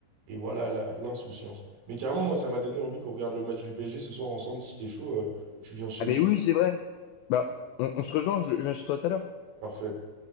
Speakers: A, on the right; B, on the left.
A: et voilà la- l'insouciance. Mais carrément, moi, ça m'a donné envie qu'on regarde le match du PSG ce soir ensemble. Si t'es chaud, euh, tu viens chez
B: Ah
A: moi.
B: mais oui, c'est vrai. Bah, on, on se rejoint, je, je viens chez toi tout à l'heure.
A: Parfait.